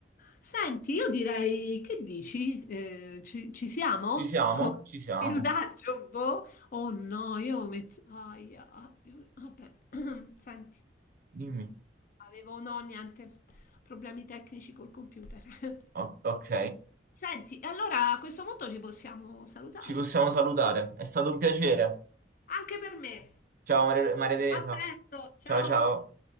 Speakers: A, on the left; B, on the right.
A: Senti, io direi, che dici? Eh, ci, ci siamo?
B: Ci siamo?
A: Con
B: Ci siamo.
A: il daggio, boh? Oh no, io metto... Aia, ah, io- vabbè, <clears throat> senti,
B: Dimmi.
A: avevo no, niente, problemi tecnici col computer. <laughs>
B: O- ok,
A: Senti, e allora a questo punto ci possiamo salutare.
B: ci possiamo salutare. È stato un piacere.
A: Anche per me.
B: Ciao Maria Maria Teresa.
A: A presto, ciao!
B: Ciao ciao.